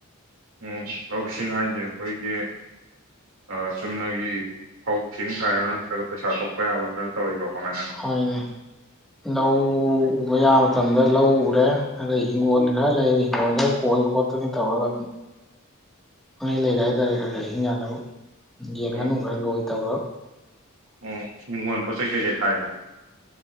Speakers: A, on the right; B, in the centre.
A: ꯎ ꯂꯧꯁꯤꯡ ꯍꯥꯏꯁꯦ ꯑꯩꯈꯣꯏꯒꯤ ꯑ ꯆꯨꯝꯅꯒꯤ ꯐꯧꯁꯤꯡ ꯈꯥꯏꯔꯣ ꯅꯠꯇ꯭ꯔꯒ ꯄꯩꯁꯥ ꯊꯣꯛꯄ ꯌꯥꯕ ꯈꯔ ꯇꯧꯋꯕꯣ ꯀꯃꯥꯏꯅ
B: ꯍꯣꯏꯅꯦ ꯂꯧ ꯎꯕ ꯌꯥꯕ ꯃꯇꯝꯗ ꯂꯧ ꯎꯔꯦ ꯑꯗꯩ ꯍꯤꯡꯒꯣꯜ ꯈꯔ ꯂꯩ ꯍꯤꯡꯒꯣꯜ ꯈꯔ ꯀꯣꯏ ꯈꯣꯠꯇꯅ ꯇꯧꯔꯒ ꯑꯗꯨꯝ ꯃꯩ ꯂꯩꯔꯦ ꯍꯥꯏꯇꯥꯔꯦ ꯈꯔ ꯈꯔ ꯍꯤꯡ ꯌꯥꯅꯕ ꯌꯦꯟ ꯉꯥꯅꯨ
A: ꯑꯣ
B: ꯈꯔ ꯂꯣꯏ ꯇꯧꯔꯣ
A: ꯑꯣ ꯏꯪꯒꯣꯟ ꯄꯣꯠ ꯆꯩ ꯀꯩꯀꯩ ꯊꯥꯏꯅꯣ